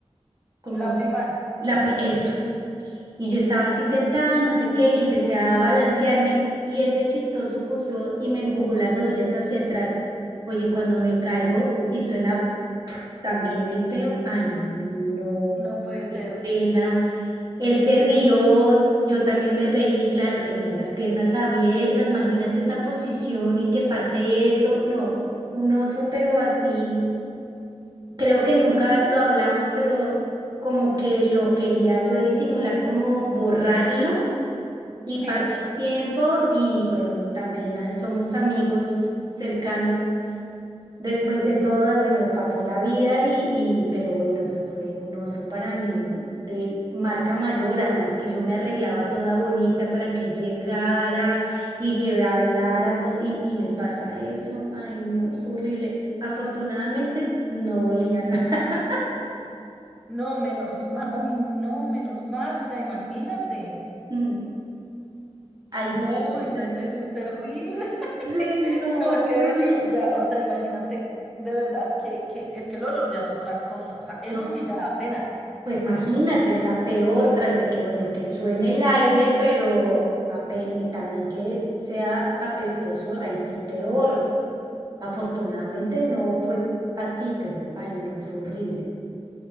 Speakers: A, on the right; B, in the centre.
A: como
B: la
A: s-
B: primaria,
A: la pri- esa. Y yo estaba así sentada, no sé qué, y empecé a balancearme y él de chistoso cogió y me empujó las rodillas hacia atrás. Oye, cuando me caigo y suena también el peo, ay, no,
B: no puede ser.
A: qué pena. Él se rió, yo también me reí, claro, tenía las piernas abiertas, imagínate esa posición y que pase eso. No, un oso, pero así, creo que nunca lo hablamos, pero como que lo quería yo disimular, como borrarlo y
B: Sí,
A: pasó el tiempo y bueno, también ah, somos amigos cercanos. Después de todo, de- bueno, pasó la vida y, y, pero bueno, eso fue un oso para mí de marca mayor, además que yo me arreglaba toda bonita para que él llegara y que habláramos y, y me pasa eso. Ay, no, fue horrible. Afortunadamente no olía nada. <laughs>
B: no, menos mal, uy, no, menos mal, o sea, imagínate.
A: Mm, Ay,
B: No,
A: sí,
B: eso
A: o sea,
B: es, eso es terrible. <laughs>
A: sí, no,
B: No, es que
A: horrible.
B: de verdad, ya, o sea, imagínate, de verdad que, que es que el olor ya es otra cosa, o sea, eso
A: No,
B: sí ya da pena.
A: Pues imagínate, o sea, peor tras de que, bueno, que suene el aire, pero ape- y también que sea apestoso, ahí sí peor. Afortunadamente no fue así, pero ay no, fue horrible.